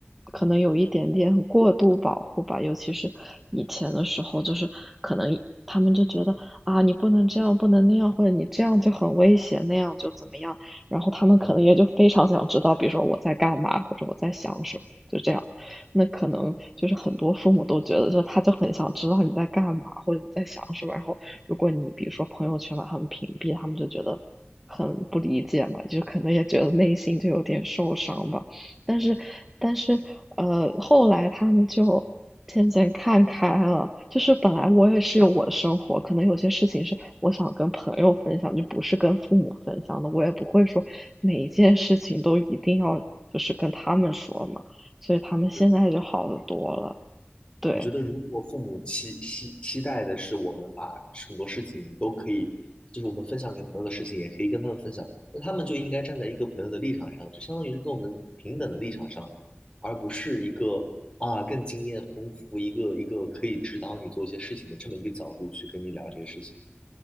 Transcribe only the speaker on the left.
嗯，
是
我觉得，如果父母期期期待的是我们把很多事情都可以，就是我们分享给朋友的事情，也可以跟他们分享，那他们就应该站在一个朋友的立场上，就相当于是跟我们平等的立场上，而不是一个啊更经验丰富，一个一个可以指导你做一些事情的这么一个角度去跟你聊这些事情。